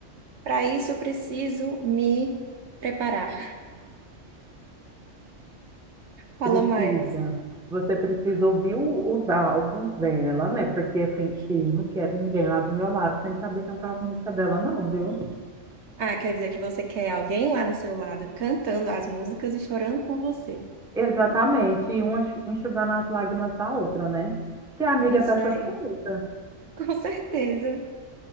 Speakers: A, on the right; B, in the centre.
A: Para isso, eu preciso me preparar. Fala
B: precisa.
A: mais.
B: Você precisa ouvir o- os álbuns dela, né? Porque assim, eu não quero ninguém lá do meu lado sem saber cantar as músicas dela, não, viu?
A: Ah, quer dizer que você quer alguém lá do seu lado cantando as músicas e chorando com você.
B: Exatamente. E uma enxugando as lágrimas da outra, né? Que a amiga
A: É isso
B: é pra essas
A: daí.
B: coisas.
A: <laughs> Com certeza.